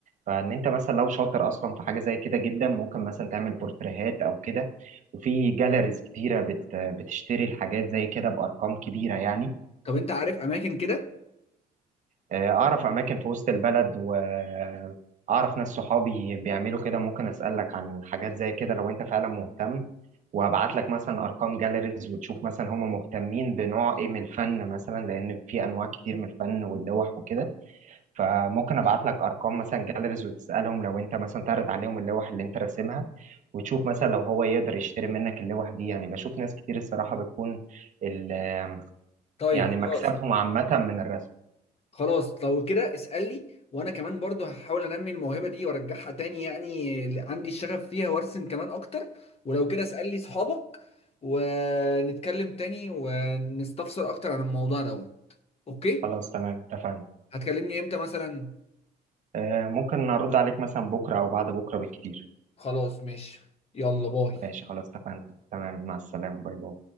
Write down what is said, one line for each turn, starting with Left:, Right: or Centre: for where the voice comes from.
Right: فان انت مثلا لو شاطر اصلا في حاجة زي كده جدا ممكن مثلا تعمل بورتريهات او كده وفي جاليريز كتيرة بت... بتشتري الحاجات زي كده بارقام كبيرة يعني
Left: طب انت عارف اماكن كده
Right: آه، أعرف أماكن في وسط البلد وأعرف ناس صحابي بيعملوا كده ممكن أسألك عن حاجات زي كده لو أنت فعلا مهتم وأبعت لك مثلا أرقام جاليريز وتشوف مثلا هم مهتمين بنوع إيه من الفن مثلا لأن في أنواع كتير من الفن واللوح وكده فممكن أبعت لك أرقام مثلا جاليريز وتسألهم لو أنت مثلا تعرض عليهم اللوح اللي أنت راسمها وتشوف مثلا لو هو يقدر يشتري منك اللوح دي يعني بشوف ناس كتير الصراحة بتكون ال-
Left: طيب
Right: يعني
Left: خلاص
Right: مكسبهم عامة من الرسم
Left: خلاص لو كده اسألني وانا كمان برضو هحاول انمي الموهبة دي وارجعها تاني يعني ل- عندي الشغف فيها وارسم كمان اكتر ولو كده اسألني صحابك ونتكلم تاني ونستفسر اكتر عن الموضوع ده اوكي
Right: خلاص تمام اتفقنا
Left: هتكلمني امتى مثلا
Right: آه، ممكن ارد عليك مثلا بكره او بعد بكره بالكتير
Left: خلاص ماشي يلا باي
Right: ماشي خلاص اتفقنا تمام مع السلامه باي باي